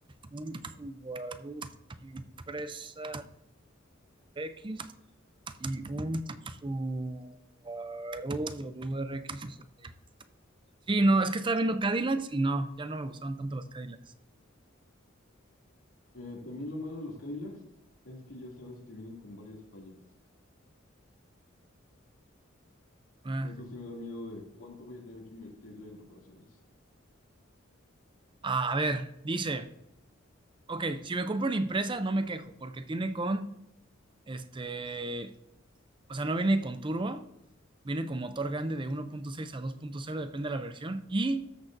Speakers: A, on the right; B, on the left.
A: un Subaru impresa X y un Subaru W R X WRX STI. Sí, no, es que estaba viendo Cadillacs y no, ya no me gustaban tanto los Cadillacs.
B: Eh, también lo malo de los Cadillacs es que ya sabes que vienen con varias fallas.
A: Ah,
B: Eso sí me da miedo de cuánto voy a tener que invertirle en reparaciones.
A: a ver, dice, ok, si me compro una impresa no me quejo porque tiene con, este, o sea, no viene con turbo, viene con motor grande de uno punto seis a dos punto cero depende de la versión, y